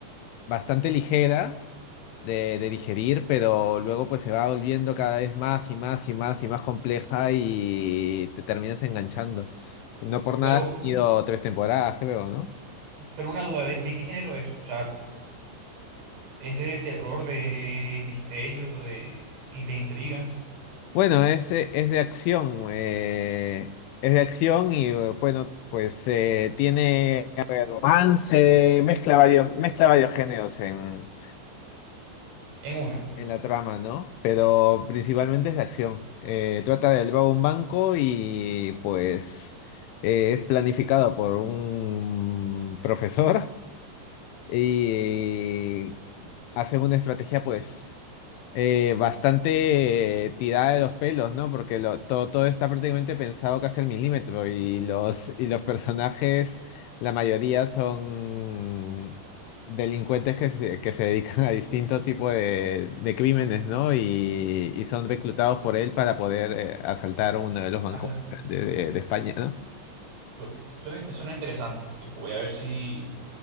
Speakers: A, on the left; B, on the right.
A: bastante ligera de, de digerir, pero luego pues se va volviendo cada vez más y más y más y más compleja y te terminas enganchando. No por
B: Pero,
A: nada ha
B: mm,
A: tenido tres temporadas, creo, ¿no?
B: pero una duda, ¿de, de qué género es? O sea, Es de terror, de misterio, de, y de intriga.
A: Bueno, es, eh, es de acción, eh, es de acción y eh, bueno, pues eh, tiene a ver, romance, mezcla varios, mezcla varios géneros en,
B: En uno.
A: en la trama, ¿no? Pero principalmente es la acción. Eh, trata de robar un banco y pues eh, es planificado por un profesor y hacen una estrategia pues eh, bastante eh, tirada de los pelos, ¿no? Porque lo- todo, todo está prácticamente pensado casi al milímetro ¿no? y los, y los personajes, la mayoría son delincuentes que se, que se dedican a distinto tipo de, de crímenes, ¿no? Y, y son reclutados por él para poder eh, asaltar uno de los bancos
B: A
A: de, de de España, ¿no?
B: Su- Suena, suena interesante. Voy a ver si